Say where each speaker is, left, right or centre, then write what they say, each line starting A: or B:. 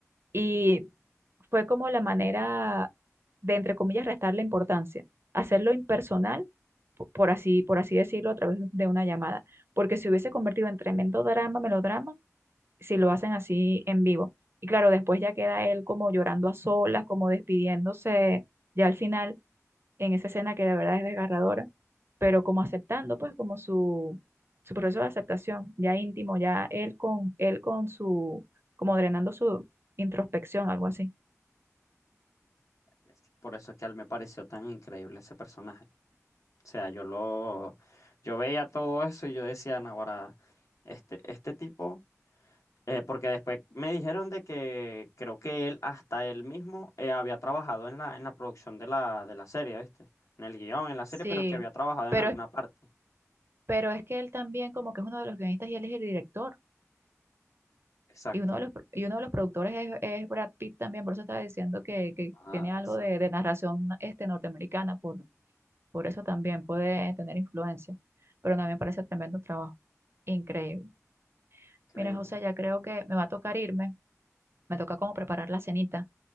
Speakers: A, on the right; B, on the left.
A: Y fue como la manera de, entre comillas, restarle importancia, hacerlo impersonal, po- por así, por así decirlo, a través de una llamada. Porque se hubiese convertido en tremendo drama, melodrama, si lo hacen así en vivo. Y claro, después ya queda él como llorando a solas, como despidiéndose ya al final, en esa escena que de verdad es desgarradora, pero como aceptando, pues, como su, su proceso de aceptación, ya íntimo, ya él con, él con su, como drenando su introspección, algo así.
B: Este, Por eso es que a él me pareció tan increíble ese personaje. O sea, yo lo, yo veía todo eso y yo decía, "No, ahora, este, este tipo, eh, porque después me dijeron de que creo que él, hasta él mismo, eh, había trabajado en la, en la producción de la, de la serie, ¿viste? En el guión, en la serie,
A: Sí,
B: pero que había trabajado
A: pero,
B: en alguna
A: es-
B: parte.
A: pero es que él también como que es uno de los guionistas y él es el director.
B: Exacto.
A: Y uno de los, pro- y uno de los productores es, es Brad Pitt también, por eso estaba diciendo que, que
B: Ah,
A: tiene algo
B: eso
A: de, de narración este, norteamericana, por Por eso también puede tener influencia. Pero no, me parece tremendo trabajo. Increíble.
B: increíble.
A: Mira, José, ya creo que me va a tocar irme. Me toca como preparar la cenita.